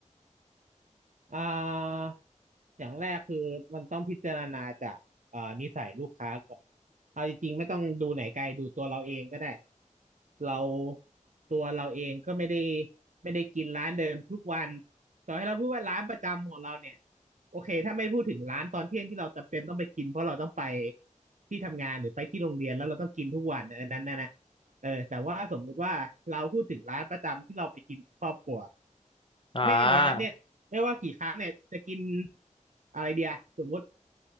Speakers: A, on the right (about 70°); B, on the left (about 40°).
A: อ่าอย่างแรกคือมันต้องพิจารณาจากอ่านิสัยลูกค้าก่อนเอาจริงๆไม่ต้องดูไหนไกลดูตัวเราเองก็ได้เราตัวเราเองก็ไม่ได้ไม่ได้กินร้านเดิมทุกวันต่อให้เราพูดว่าร้านประจำของเราเนี่ยโอเคถ้าไม่พูดถึงร้านตอนเที่ยงที่เราจำเป็นต้องไปกินเพราะเราต้องไปที่ทำงานหรือไปที่โรงเรียนแล้วเราต้องกินทุกวันอันนั้นนะนะเออแต่ว่าสมมุติว่าเราพูดถึงร้านประจำที่เราไปกินกับครอบครัว
B: อ่า
A: แม่งร้านเนี่ย ไม่ว่ากี่ครั้งเนี่ยจะกินอะไรเดียสมมติ